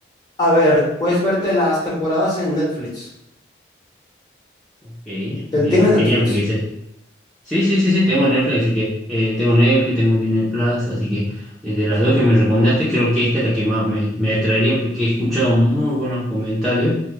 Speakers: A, on the left; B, in the centre.
A: A ver, puedes verte las temporadas en Netflix.
B: Ok, bien,
A: ¿Ten- ¿Tienes
B: genial,
A: Netflix?
B: porque Sí, sí, sí, sí, tengo Netflix, así que eh, tengo Netflix, tengo Disney Plus, así que eh, de las dos que me recomendaste, creo que esta es la que más me, me atraería porque he escuchado muy buenos comentarios